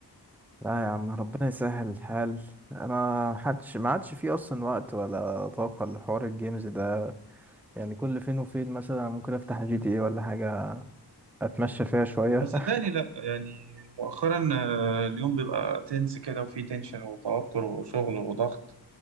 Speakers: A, in the centre; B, on the right.
A: لا يا عم ربنا يسهل الحال انا محدش ما عادش فيه اصلا وقت ولا طاقه لحوار الجيمز ده يعني كل فين وفين مثلا ممكن افتح جي تي اي ولا حاجه اتمشى فيها شويه
B: بس صدقني لا يعني مؤخرا آه، اليوم بيبقى تنس كده وفيه تنشن وتوتر وشغل وضغط